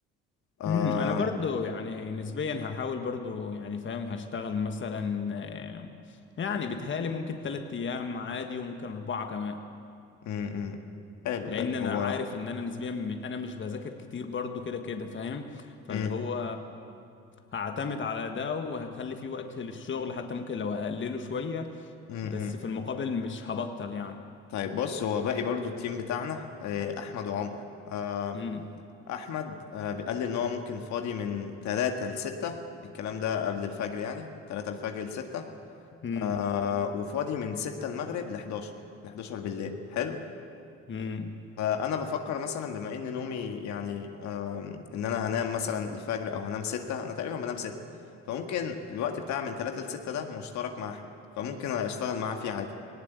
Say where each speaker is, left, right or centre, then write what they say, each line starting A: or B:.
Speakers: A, on the left; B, on the left.
A: آه
B: امم انا برضو يعني نسبيا هحاول برضو يعني فاهم هشتغل مثلا آه، يعني بيتهيالي ممكن تلات ايام عادي وممكن اربعة كمان
A: م -م. حلو
B: لان
A: حلو
B: انا
A: هو
B: عارف ان انا نسبيا م- انا مش بذاكر كتير برضو كده كده فاهم فاللي
A: م
B: هو هعتمد على ده وهخلي فيه وقت للشغل حتى ممكن لو اقلله شوية
A: -م
B: بس
A: -م.
B: في المقابل مش هبطل يعني
A: طيب بص هو باقي برضو التيم بتاعنا آه، احمد وعمر آه،
B: امم
A: احمد آه، بيقال لي ان هو ممكن فاضي من 3 ل 6 الكلام ده قبل الفجر يعني 3 الفجر ل 6
B: امم
A: آه وفاضي من 6 المغرب ل 11 ل 11 بالليل حلو
B: امم
A: فانا بفكر مثلا بما ان نومي يعني آم، ان انا هنام مثلا الفجر او هنام 6 انا تقريبا بنام 6 فممكن الوقت بتاع من 3 ل 6 ده مشترك مع احمد فممكن اشتغل معاه فيه عادي